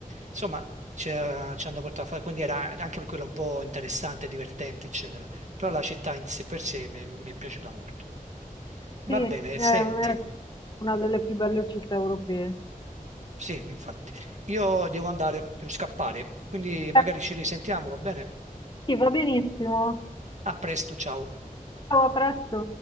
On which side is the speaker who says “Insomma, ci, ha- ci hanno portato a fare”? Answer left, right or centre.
Right